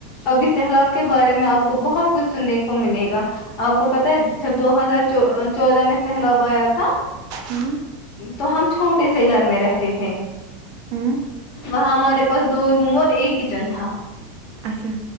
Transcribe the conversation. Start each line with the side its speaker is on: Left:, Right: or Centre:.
Left: ابھی سیلاب کے بارے میں آپ کو بہت کچھ سننے کو ملے گا آپ کو پتا ہے جب دو ہزار چودہ میں سہلابایا تھا
Right: ہ
Left: تو ہم چھوٹے سے گھر میں رہتے تھے
Right: ہوں
Left: وہاں ہمارے پاس دو روم اور ایک کچن تھا
Right: اچھا